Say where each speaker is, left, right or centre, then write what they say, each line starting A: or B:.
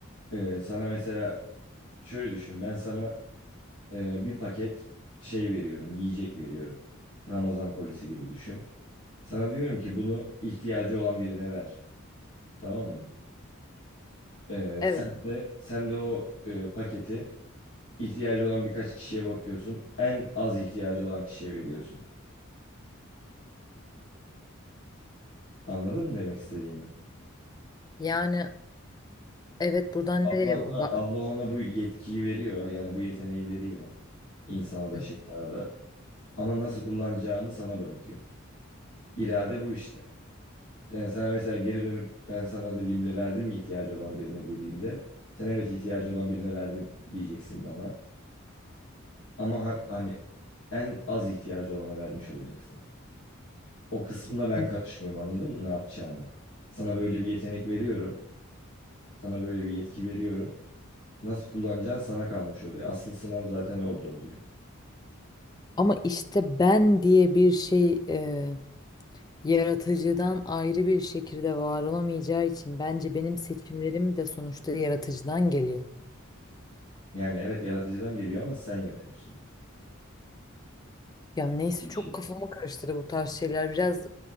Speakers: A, on the left; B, on the left.
A: Ee, sana mesela şöyle düşün. Ben sana e, bir paket şey veriyorum, yiyecek veriyorum. Ramazan kolisi gibi düşün. Sana diyorum ki bunu ihtiyacı olan birine ver. Tamam mı? Ee,
B: Evet.
A: sen de sen de o e, paketi İhtiyacı olan birkaç kişiye bakıyorsun. En az ihtiyacı olan kişiye veriyorsun. Anladın mı demek istediğimi?
B: Yani evet buradan
A: Allah
B: nereye
A: ona,
B: bak.
A: Allah ona bu yetkiyi veriyor. Yani bu yeteneği veriyor. insana da
B: Hı.
A: şeytana da. Ama nasıl kullanacağını sana bırakıyor. İrade bu işte. Yani sana mesela geri dönüp ben sana dediğimde verdim mi ihtiyacı olan birine dediğimde sen evet ihtiyacı olan birine verdim diyeceksin bana. Ama ha- hani en az ihtiyacı olana vermiş olacaksın. O kısmına ben
B: Hı.
A: karışmıyorum anladın mı ne yapacağını? Sana böyle bir yetenek veriyorum. Sana böyle bir yetki veriyorum. Nasıl kullanacağın sana kalmış oluyor. Asıl sınav zaten orada oluyor.
B: Ama işte ben diye bir şey e, yaratıcıdan ayrı bir şekilde var olamayacağı için bence benim seçimlerim de sonuçta yaratıcıdan geliyor.
A: Yani evet yaratıcıdan geliyor ama sen yapıyorsun.
B: Ya neyse
A: Bir
B: çok
A: şey.
B: kafamı karıştırdı bu tarz şeyler. Biraz